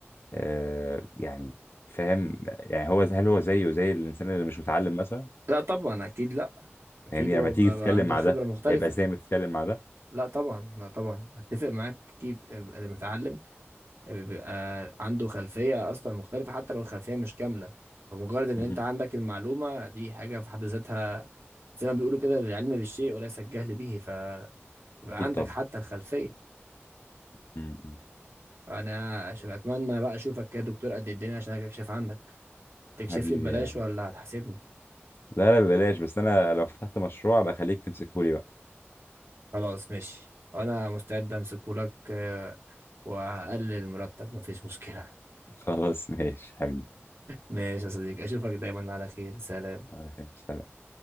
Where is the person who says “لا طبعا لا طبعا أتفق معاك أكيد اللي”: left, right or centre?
Right